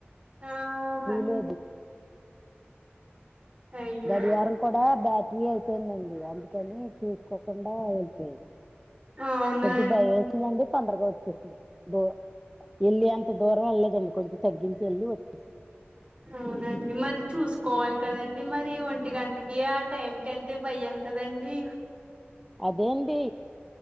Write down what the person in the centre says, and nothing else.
లేదు
గడియారం కూడా బ్యాట్రీ ఐపోయిందండి అందుకని చూస్కోకుండా వెళ్పోయా
కొంచెం భయం వేసిందండి తొందరగా వచ్చేసింది బో వెళ్ళి అంత దూరం వెళ్లేదండి కొంచెం తగ్గించి వెళ్లి వచ్చేసి
అదేంటి